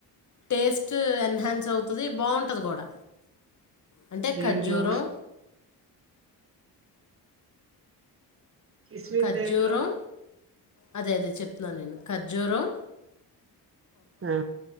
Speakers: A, on the left; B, on the right.
A: టేస్ట్ ఎన్హాన్స్ అవుతది బావుంటది కుడా <inaudible> అంటే
B: దేంట్లో
A: ఖజ్జూరం
B: కిస్మిస్
A: కజ్జూరం
B: దేంట్లో
A: అదే అదే చెప్తున్న నేను కజ్జురం
B: ఆ